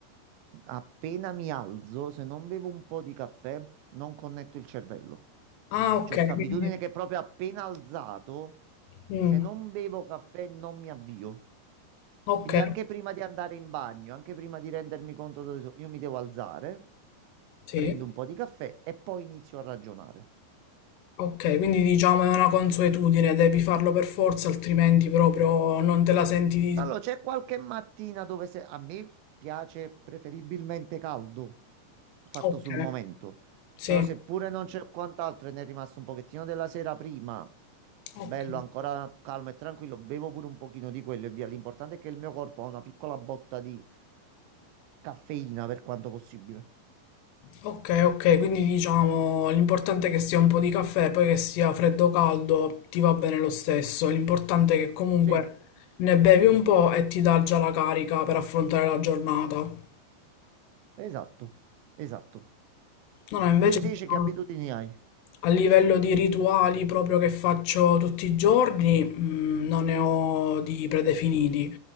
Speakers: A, on the right (about 85°); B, on the left (about 75°).
A: Appena mi alzo, se non bevo un po' di caffè, non connetto il cervello.
B: Ah, ok,
A: C'ho sta abitudine
B: quindi...
A: che proprio appena alzato,
B: mm,
A: se non bevo caffè non mi avvio.
B: ok,
A: Quindi anche prima di andare in bagno, anche prima di rendermi conto dove sono, io mi devo alzare,
B: sì,
A: prendo un po' di caffè e poi inizio a ragionare.
B: ok, quindi diciamo è una consuetudine, devi farlo per forza, altrimenti proprio non te la senti di...
A: Allora, c'è qualche mattina dove se- a me piace preferibilmente caldo, fatto
B: Ok,
A: sul momento,
B: sì,
A: però seppure non c'è quant'altro e ne è rimasto un pochettino della sera prima,
B: ok.
A: bello, ancora calmo e tranquillo, bevo pure un pochino di quello e via. L'importante è che il mio corpo ha una piccola botta di caffeina per quanto possibile.
B: Ok, ok, quindi diciamo l'importante è che sia un po' di caffè, poi che sia freddo o caldo, ti va bene lo stesso. L'importante è che comunque
A: Sì,
B: ne bevi un po' e ti dà già la carica per affrontare la giornata. No,
A: esatto, esatto.
B: no, invece
A: Tu invece
B: diciamo,
A: che abitudini hai?
B: A livello di rituali proprio che faccio tutti i giorni, mh, non ne ho di predefiniti,